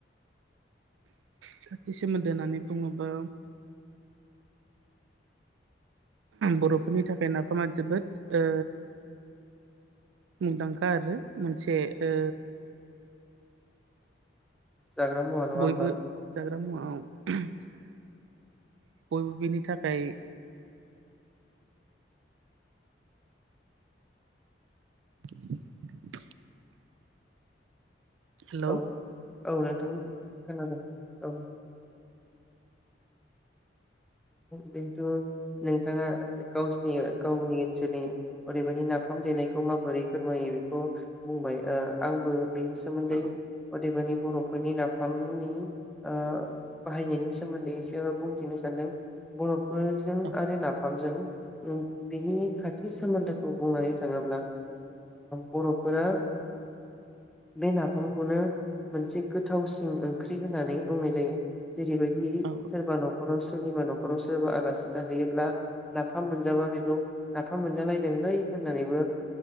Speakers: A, on the right; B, in the centre.
A: खाथि सोमोन्दो होननानै बुङोबा बर'फोरनि थाखाय नाफामा जोबोद ओ मुंदांखा आरो मोनसे ओ
B: जाग्रा मुवा नङा
A: बयबो
B: होमबा
A: जाग्रा बयबो बिनि थाखाय <inaudible> हेलौ
B: औ औ नोंथां खोनादों औ बेथ' नोंथाङा गावसिनि गावनि ओनसोलनि ओरैबायदि नाफाम देनायखौ माबोरै फोरमायो बेखौ बुंबाय ओ आंबो बेनि सोमोन्दै
A: औ
B: अदेबानि बर'फोरनि नाफामनि ओ बाहायनायनि सोमोन्दैसो बुंथिनो सान्दों बर' फोरजों
A: औ
B: आरो नाफामजों बेनि खाथि सोमोन्दोखौ बुंनानै थाङोब्ला बर'फोरा बे नाफामखौनो मोनसे गोथावसिन ओंख्रि होननानै बुंनाय जायो। जेरैबायदि
A: औ
B: सोरबा न'खराव सोरनिबा न' न'खराव सोरबा आलासि जाहैयोब्ला नाफाम मोनजाबा बेखौ नाफाम मोनजालायदोंलै होननानैबो